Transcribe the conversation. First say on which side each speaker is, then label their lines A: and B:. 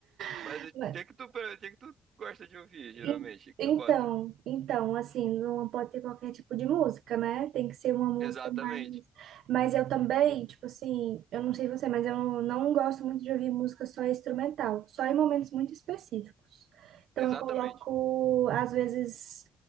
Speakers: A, on the right; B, on the right.
A: Mas
B: <laughs>
A: o que que tu, o que que tu gosta de ouvir, geralmente?
B: En-
A: O que
B: Então,
A: tu bota?
B: então, assim, não pode ter qualquer tipo de música, né? Tem que ser uma música
A: Exatamente.
B: mais. Mas eu também, tipo assim, eu não sei você, mas eu não gosto muito de ouvir música só instrumental, só em momentos muito específicos. Então
A: Exatamente.
B: eu coloco, às vezes,